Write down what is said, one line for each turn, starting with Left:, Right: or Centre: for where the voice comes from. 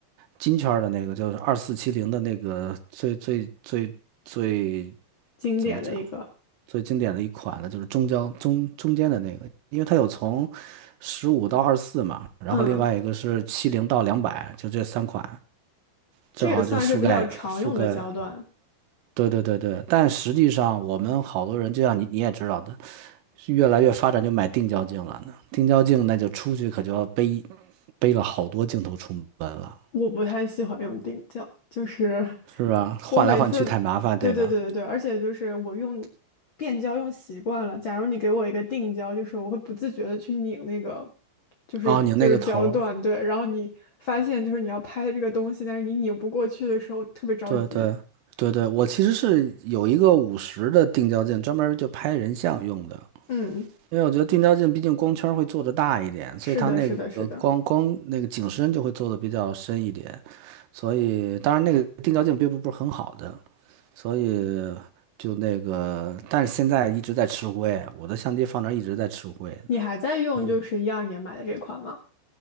Right: 金圈儿的那个，就是二四七零的那个最最最最
Left: 经典的一个，
Right: 怎么讲？最经典的一款呢，就是中焦中中间的那个，因为它有从十五到二十四嘛，然后另外一个是七零到两百，
Left: 嗯，
Right: 就这三款，正好就覆盖覆盖。
Left: 这也算是比较常用的焦段。
Right: 对对对对，但实际上我们好多人，就像你你也知道的，是越来越发展就买定焦镜了呢。定焦镜那就出去可就要背背了好多镜头出门了，
Left: 我不太喜欢用定焦，就是
Right: 是吧？换来换去太麻烦，
Left: 我每次，对对对对对，
Right: 对吧？
Left: 而且就是我用变焦用习惯了。假如你给我一个定焦，就是我会不自觉的去拧那个，就是就是焦段，
Right: 哦，拧那个头儿，
Left: 对。然后你发现就是你要拍的这个东西，但是你拧不过去的时候，特别着急。
Right: 对对对对，我其实是有一个五十的定焦镜，专门儿就拍人像用的。
Left: 嗯，
Right: 因为我觉得定焦镜毕竟光圈儿会做的大一点，所以它那个光光那个景深就会做的比较深一点。
Left: 是的，是的，是的。
Right: 所以当然那个定焦镜并不不是很好的，所以就那个，但是现在一直在吃灰，我的相机放那儿一直在吃灰呢。
Left: 你还在用就是一二年买的这款吗？
Right: 你